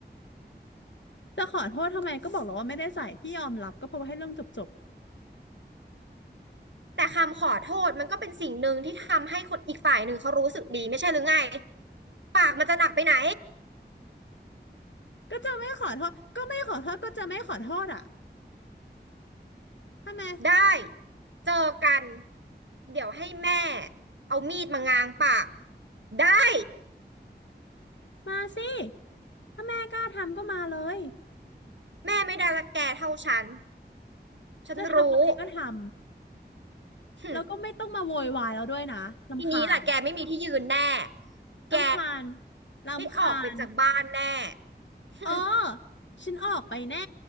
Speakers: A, on the left; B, on the right.
A: จะขอโทษทำไมก็บอกแล้วว่าไม่ได้ใส่ที่ยอมรับก็เพราะว่าให้เรื่องจบจบ
B: แต่คำขอโทษมันก็เป็นสิ่งหนึ่งที่ทำให้คนอีกฝ่ายหนึ่งเขารู้สึกดีไม่ใช่หรือไงปากมันจะหนักไปไหน
A: ก็จะไม่ขอโทษก็ไม่ขอโทษก็จะไม่ขอโทษอ่ะทำไม
B: ได้เจอกันเดี๋ยวให้แม่เอามีดมางางปากได้
A: มาสิถ้าแม่กล้าทำก็มาเลย
B: แม่ไม่ได้รักแกเท่าฉันฉันรู้
A: จะทำอะไรก็ทำ
B: หึ
A: แล้วก็ไม่ต้องมาโวยวายแล้วด้วยนะรำคาญ
B: ทีนี้ล่ะแกไม่มีที่ยืนแน่
A: รำคาญ
B: แก
A: รำคาญ
B: ได้ออกไปจากบ้านแน่ <laughs>
A: อ๋อฉันออกไปแน่